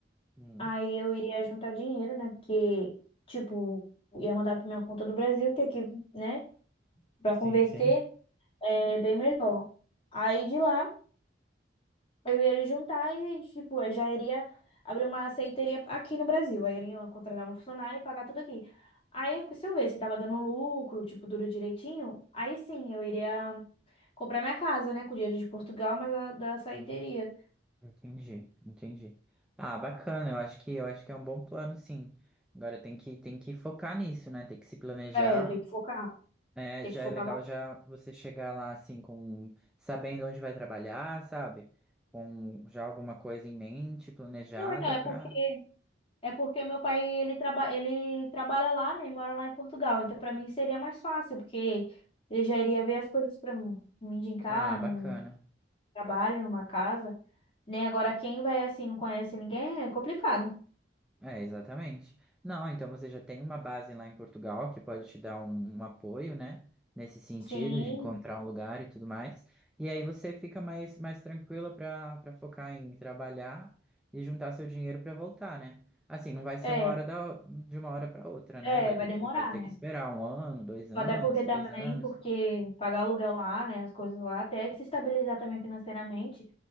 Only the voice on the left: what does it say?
aí eu iria juntar dinheiro, né? Porque tipo, ia mandar pra minha conta do Brasil, que aqui, né, Pra
converter
é bem melhor. Aí de lá Eu ia juntar e, tipo, eu já iria abrir uma aceiteria aqui no Brasil. Aí eu iria contratar um funcionário e pagar tudo aqui. Aí, se eu ver se tava dando lucro, tipo, duro direitinho, aí sim, eu iria comprar minha casa, né? Com dinheiro de Portugal, mas a, da aceiteria.
É, tem que focar.
Tem
que focar
bastante.
Não, então, é porque,
é porque meu pai, ele, traba, ele trabalha lá, né? E mora lá em Portugal. Então, pra mim, seria mais fácil, porque ele já iria ver as coisas pra mim. Me indicar,
não
trabalha numa casa, né? Agora, quem vai assim, não conhece ninguém, é complicado.
Sim,
é,
é,
vai
demorar,
né?
Até porque
também,
porque pagar aluguel lá, né, as coisas lá, até se estabilizar também financeiramente